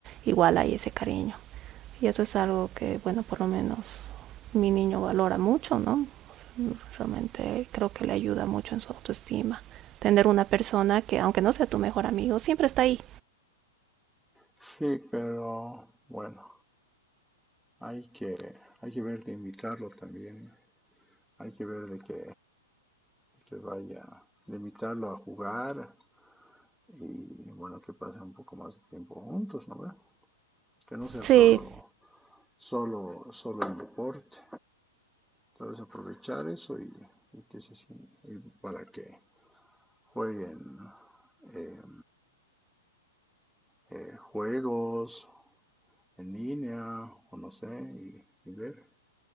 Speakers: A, on the right; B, in the centre.
A: igual hay ese cariño. Y eso es algo que, bueno, por lo menos mi niño valora mucho, ¿no? O sea, realmente creo que le ayuda mucho en su autoestima. Tener una persona que, aunque no sea tu mejor amigo, siempre está ahí.
B: Sí, pero bueno, hay que, hay que ver de invitarlo también, hay que ver de que, de que vaya, de invitarlo a jugar y bueno, que pasen un poco más de tiempo juntos, ¿no ve? Que no sea
A: Sí,
B: solo, solo, solo el deporte, tal vez aprovechar eso y, y que se sin- y para que jueguen eh, eh, juegos en línea o no sé, y, y ver,